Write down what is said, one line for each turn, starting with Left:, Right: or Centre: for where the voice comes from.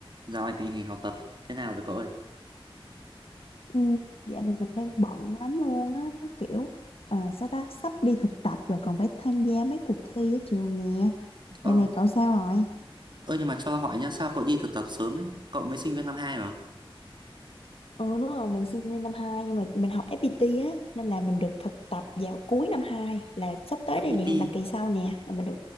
Right: Dạo này tình hình học tập thế nào rồi cậu ơi?
Left: Ừ, dạo này mình đang bận lắm luôn á kiểu ờ, sao ta sắp đi thực tập rồi còn phải tham gia mấy cuộc thi ở trường nè
Right: Ờ,
Left: dạo này cậu sao rồi
Right: ơ nhưng mà cho hỏi nhá, sao cậu đi thực tập sớm ấy? Cậu mới sinh viên năm hai mà.
Left: Ừ, đúng rồi, mình sinh viên năm 2 nhưng mà mình học FPT á nên là mình được thực tập vào cuối năm 2 là sắp tới
Right: FPT,
Left: đây nè, là kỳ sau nè là mình được